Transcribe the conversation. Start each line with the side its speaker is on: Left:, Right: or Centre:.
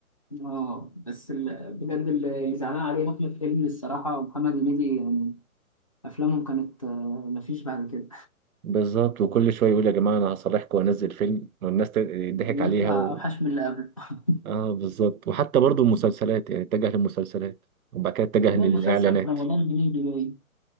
Left: اه بس ال... بجد اللي زعلان عليه أحمد حلمي الصراحة ومحمد هنيدي يعني أفلامهم كانت آه، مفيش بعد كده
Right: بالظبط وكل شويه يقول يا جماعه انا هصالحكم وانزل فيلم والناس تضحك
Left: بيطلع
Right: عليها و...
Left: أوحش من اللي قبله <laughs>
Right: اه بالظبط وحتى برضو المسلسلات يعني اتجه للمسلسلات وبعد كده اتجه
Left: عمل
Right: للاعلانات
Left: مسلسل في رمضان هنيدي باين